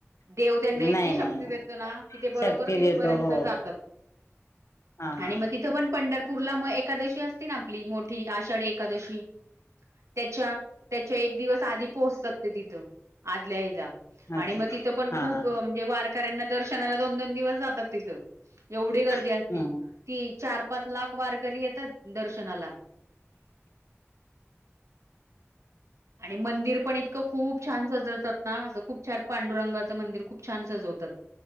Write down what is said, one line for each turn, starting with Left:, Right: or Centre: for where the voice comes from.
Right: देव त्यांना इतकी
Left: नाही
Right: शक्ती
Left: नाही नाही.
Right: देतो ना कि ते बरोबर
Left: शक्ती
Right: तिथपर्यंत
Left: देतो हो
Right: जातात
Left: हा हा
Right: आणि मग तिथं पण पंढरपूरला मग एकादशी असती ना आपली मोठी आषाढ एक एकादशी त्याच्या त्याच्या एक दिवस आधी पोहोचतात ते तिथं आदल्या ह्याला
Left: अच्छा
Right: आणि मग तिथं पण
Left: हा
Right: खूप
Left: हा
Right: म्हणजे वारकऱ्यांना दर्शनाला दोन दोन दिवस जातात तिथं एवढी गर्दी असती
Left: हम्म
Right: ती चार पाच लाख वारकरी येतात दर्शनाला आणि मंदिर पण इतकं खूप छान सजवतात ना असं खूप छान पांडुरंगाचं मंदिर खूप छान सजवतात